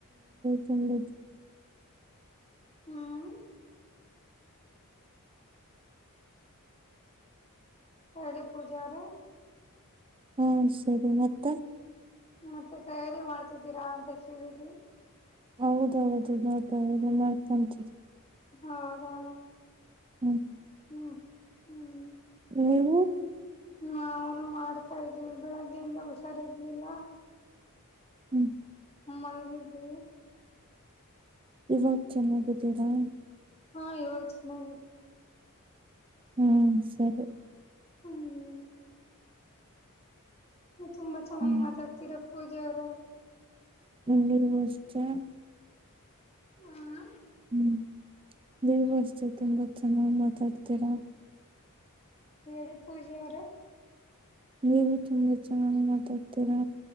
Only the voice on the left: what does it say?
ಹ್ಮ್ ಎಳಿ ಪೂಜ ಅವರ
ಮತ್ತೆ ತಯಾರಿ ಮಾಡ್ತಿದ್ದೀರಾ ಅಂತ ಕೇಳಿದ್ವಿ
ಹೌದಾ
ಹ್ಮ ಹ್ಮ
ನನು ಮಾಡ್ತಾ ಇದ್ದೀವಿ ಬೆಳಗ್ಗೆಯಿಂದ ಹುಷಾರಿರ್ಲಿಲ್ಲ
ಮಲಗಿದ್ವಿ
ಹಾ ಇವಾಗ ಚೆನ್ನಾಗಿದೆ
ಹ್ಮ್ ತುಂಬಾ ಚೆನ್ನಾಗಿ
ಮಾತಾಡ್ತಿೀರ ಪೂಜ ಅವ್ರ
ಹ್ಮ್
ಹೇಳಿ ಪೂಜಾ ಅವರೇ